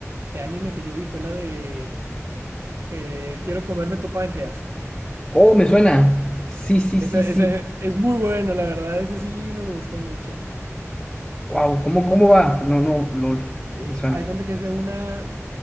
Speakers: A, on the right; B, in the centre.
A: de anime que yo vi fue la de eh, Quiero comerme tu páncreas.
B: Oh, me suena. Sí, sí,
A: Esa,
B: sí,
A: esa
B: sí.
A: es muy bueno, la verdad, ese sí me gustó mucho.
B: Wow, ¿cómo, cómo va? No, no, LOL.
A: Eh,
B: Me suena.
A: hay cuenta que es de una